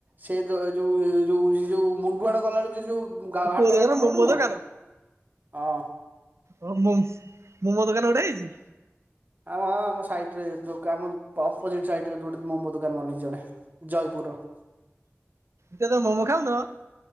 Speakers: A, on the right; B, on the right.
A: ସେ ତ ଯୋଉ ଯୋଉ ସେ ଯୋଉ ମୁଣ୍ଡୁଆଳ ଗଲା ବେଳୁ ସେ ଯୋଉ ଘାଟ
B: କୋଉ ଦୋକାନ
A: ଘାଟ
B: ମୋମୋ
A: ରୋଡ ନୁହଁ?
B: ଦୋକାନ
A: ହଁ।
B: ହ ମୋ ମୋମୋ ଦୋକାନ ଗୋଟେ ହେଇଛି?
A: ଆମ ହଁ ଆମ ସାଇଡ ରେ ଆମ ଅପଜିଟ ସାଇଡ ରେ ଗୋଟେ ମୋମୋ ଦୋକାନ ବନେଇଛି ଜଣେ। ଜୟପୁର।
B: ତେ ତ ମୋମୋ ଖାଉନ?